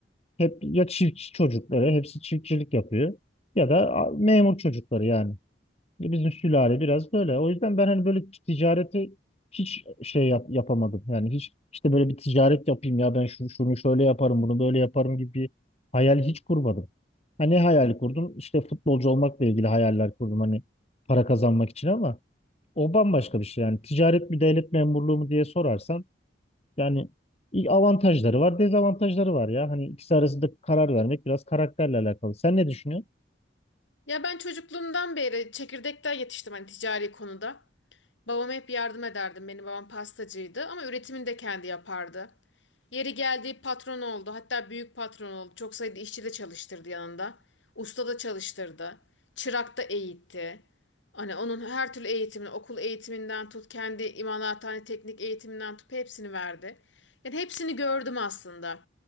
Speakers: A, on the left; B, on the left.
A: Hep ya çiftçi çocukları, hepsi çiftçilik yapıyor ya da a- memur çocukları yani. Bizim sülale biraz böyle. O yüzden ben hani böyle ticareti hiç şey yap, yapamadım. Yani hiç işte böyle bir ticaret yapayım ya ben şunu, şunu şöyle yaparım bunu böyle yaparım gibi bir hayal hiç kurmadım. Hani ne hayali kurdum? İşte futbolcu olmakla ilgili hayaller kurdum hani para kazanmak için ama o bambaşka bir şey. Yani ticaret mi devlet memurluğu mu diye sorarsan yani iyi avantajları var dezavantajları var ya. Hani ikisi arasında karar vermek biraz karakterle alakalı. Sen ne düşünüyorsun?
B: Ya ben çocukluğumdan beri çekirdekten yetiştim hani ticari konuda. Babama hep yardım ederdim. Benim babam pastacıydı ama üretimini de kendi yapardı. Yeri geldi patron oldu. Hatta büyük patron oldu. Çok sayıda işçi de çalıştırdı yanında. Usta da çalıştırdı. Çırak da eğitti. Hani onun her türlü eğitimini, okul eğitiminden tut, kendi imalathane teknik eğitiminden tut hepsini verdi. Yani hepsini gördüm aslında.